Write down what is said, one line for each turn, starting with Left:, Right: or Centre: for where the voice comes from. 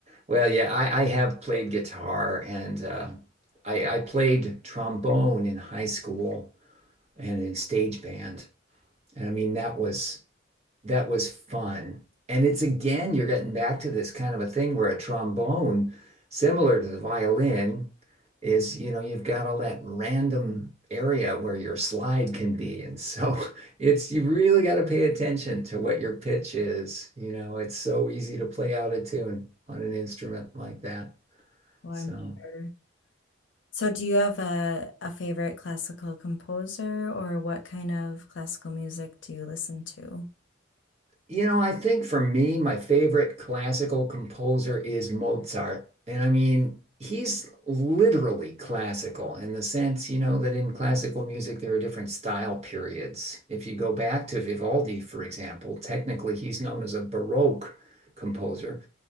Right: Well, yeah, I, I have played guitar and uh, I, I played trombone in high school and in stage band. And I mean, that was that was fun. And it's again, you're getting back to this kind of a thing where a trombone, similar to the violin, is, you know, you've got all that random area where your slide can be. And so <laughs> it's, you really got to pay attention to what your pitch is. You know, it's so easy to play out of tune on an instrument like that.
Left: Well,
Right: So
Left: I'm sure. So do you have a a favorite classical composer or what kind of classical music do you listen to?
Right: You know, I think for me, my favorite classical composer is Mozart. And I mean, he's literally classical in the sense, you know, that in classical music, there are different style periods. If you go back to Vivaldi, for example, technically he's known as a Baroque composer